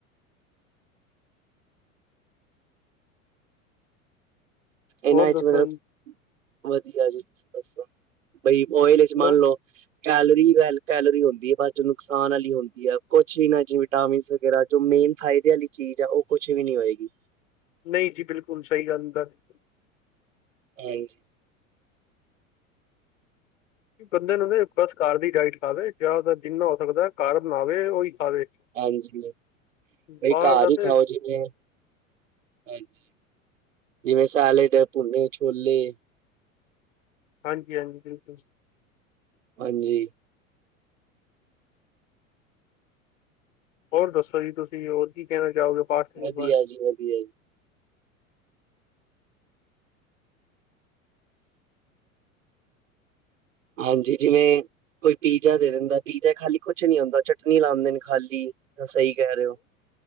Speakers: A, on the right (about 65°); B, on the left (about 60°).
A: ਏਨਾਂ
B: ਹੋਰ
A: ਏਚ
B: ਦੱਸੋ
A: ਮਤਲਬ
B: ਜੀ
A: ਵਧੀਆ ਜੀ ਤੁਸੀਂ ਦੱਸੋ। ਬਾਈ ਓਏਲ ਏਚ
B: ਮੈਂ
A: ਮਨ ਲੋ। ਕੈਲਰੀ ਵੇਲ ਕੈਲਰੀ ਹੋਂਦੀ ਏ ਬਾਦ ਚੋ ਨੁਕਸਾਨ ਆਲੀ ਹੁੰਦੀ ਏ ਕੋਛ ਇ ਨਾ ਚ ਵਿਟਾਮਿਨਸ ਵਗੈਰਾ। ਜੋ ਮੇਨ ਫਾਇਦੇ ਵਾਲੀ ਚੀਜ਼ ਏ ਉਹ ਕੁਛ ਵੀ ਨੀ ਹੋਏਗੀ।
B: ਨਈ ਜੀ ਬਿਲਕੁਲ ਸਹੀ ਗੱਲ <inaudible>
A: ਹਾਂਜੀ।
B: ਬੰਦੇ ਨੂੰ ਨਾ ਬਸ ਘਰ ਦੀ ਡਾਇਟ ਖਾਵੇ ਜਾਦਾਤਰ ਜਿੰਨਾ ਹੋ ਸਕਦਾ ਘਰ ਬਣਾਵੇ ਓਈ ਖਾਵੇ।
A: ਹਾਂਜੀ। ਬਈ
B: ਬਾਹਰ
A: ਘਰ
B: ਦਾ
A: ਈ
B: ਤੇ
A: ਖਾਓ ਜਿਵੇਂ ਹਾਂਜੀ। ਜਿਵੇਂ ਸਾਲਿਡ ਐ ਭੁੰਨੇ ਛੋਲੇ।
B: ਹਾਂਜੀ ਹਾਂਜੀ ਬਿਲਕੁਲ।
A: ਹਾਂਜੀ।
B: ਹੋਰ ਦੱਸੋ ਜੀ ਤੁਸੀ। ਹੋਰ ਕੀ ਕਹਿਣਾ ਚਾਹੋਗੇ? ਫਾਸਟ ਫੂਡ
A: ਵਧੀਆ
B: ਬਾਰੇ
A: ਜੀ। ਵਧੀਆ ਜੀ। ਹਾਂਜੀ ਜਿਵੇਂ ਕੋਈ ਪੀਜ਼ਾ ਦੇ ਦੇਂਦਾ। ਪੀਜ਼ਾ ਖਾਲੀ ਕੁਛ ਨੀ ਹੁੰਦਾ ਚਟਨੀ ਲਾਂਦੇ ਨੇ ਖਾਲੀ। ਸਹੀ ਕਹਿ ਰਹੇ ਹੋ